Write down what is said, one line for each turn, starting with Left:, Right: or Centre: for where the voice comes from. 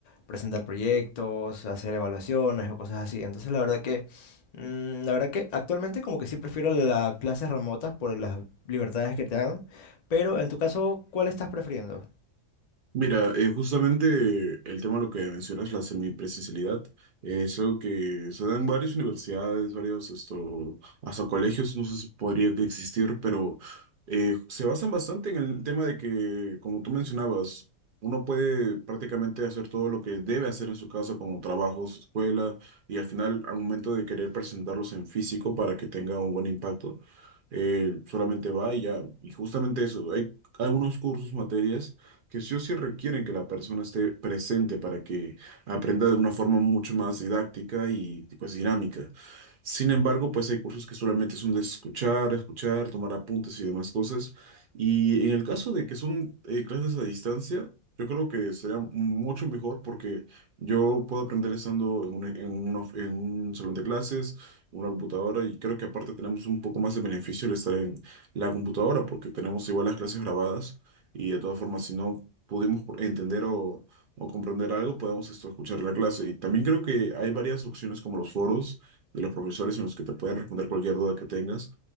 Left: presentar proyectos, hacer evaluaciones o cosas así. Entonces la verdad que, mm, la verdad que actualmente como que sí prefiero las clases remotas por las libertades que te dan, pero en tu caso, ¿cuál estás prefiriendo?
Right: Mira, eh, justamente el tema de lo que mencionas, la semipresencialidad, eh, es algo que se da en varias universidades, varios, esto, hasta colegios, no sé si podría que existir, pero eh, se basan bastante en el tema de que, como tú mencionabas, uno puede prácticamente hacer todo lo que debe hacer en su casa, como trabajos, escuela, y al final, al momento de querer presentarlos en físico para que tenga un buen impacto, eh, solamente va y ya. Y justamente eso, hay algunos cursos, materias que sí o sí requieren que la persona esté presente para que aprenda de una forma mucho más didáctica y pues dinámica. Sin embargo, pues hay cursos que solamente son de escuchar, escuchar, tomar apuntes y demás cosas. Y en el caso de que son eh, clases a distancia, yo creo que sería mucho mejor porque yo puedo aprender estando en un, en un of- en un salón de clases, en una computadora, y creo que aparte tenemos un poco más de beneficio el estar en la computadora porque tenemos igual las clases grabadas y de todas formas, si no pudimos entender o, o comprender algo, podemos esto, escuchar la clase. Y también creo que hay varias opciones como los foros de los profesores en los que te pueden responder cualquier duda que tengas.